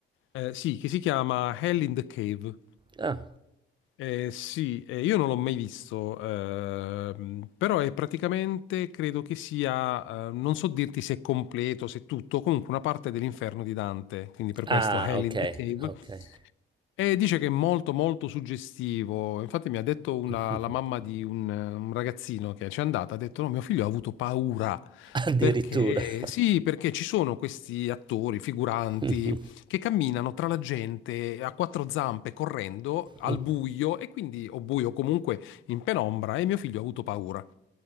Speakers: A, on the left (about 80°); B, on the right (about 25°).
A: eh, sì, che si chiama Hell in the Cave.
B: ah.
A: Eh, sì, eh, io non l'ho mai visto, ehm, però è praticamente, credo che sia, eh, non so dirti se è completo, se è tutto, comunque una parte dell'inferno di Dante, quindi per questo
B: Ah,
A: Hell
B: okay,
A: in the Cave,
B: okay.
A: e dice che è molto molto suggestivo. Infatti mi ha detto una-
B: <laughs>
A: la mamma di un, un ragazzino che ci è andata, ha detto no, mio figlio ha avuto paura.
B: Addirittura.
A: Perché?
B: <laughs>
A: Sì, perché ci sono questi attori, figuranti,
B: Mh,
A: che camminano tra la gente a quattro zampe, correndo al
B: mh.
A: buio, e quindi, o buio comunque in penombra, e mio figlio ha avuto paura.